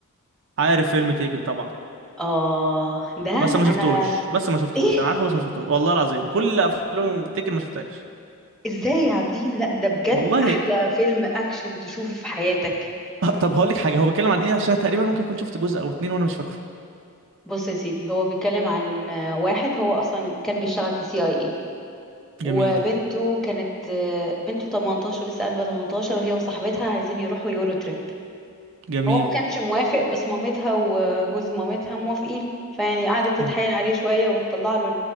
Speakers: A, on the right; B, in the centre.
A: عارف فيلم تيكن طبعا
B: اه ده
A: بس ما شفتوش
B: انا
A: بس ما شفتوش
B: ايه
A: انا عارفه بس ما شفتوش والله العظيم كل افلام تيكن ما شفتهاش
B: ازاي يا عابدين لا ده بجد
A: والله
B: احلى فيلم اكشن تشوفه في حياتك
A: آه، طب هقول لك حاجة هو بيتكلم عن ايه عشان تقريبا ممكن اكون شفت جزء او اتنين وانا مش فاكره
B: بص يا سيدي هو بيتكلم عن آه، واحد هو اصلا كان بيشتغل في سي اي اي وبنته
A: جميل
B: كانت آه، بنته 18 لسه قلبها 18 وهي وصاحبتها عايزين يروحوا يورو تريب
A: جميل
B: هو ما كانش موافق بس مامتها وجوز مامتها موافقين فيعني قعدت
A: حلو
B: تتحايل عليه شوية وتطلع له